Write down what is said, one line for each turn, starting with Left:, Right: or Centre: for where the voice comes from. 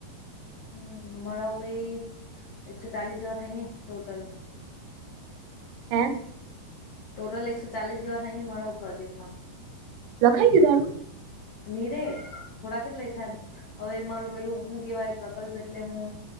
Left: હમ મળ કઈ એકસો ચાલીસ જેવા થાયએ ટોટલ.
Right: હં?
Left: ટોટલ એકસો ચાલીસ જેવા થાય મા પ્રોજેક્ટમાં.
Right: રખાઈ ગી તારું?
Left: નીરે થોડાક જ લેખાય એમ હવે મારું પેલું હું કેવાય પ્રકલ્પ એટલે હું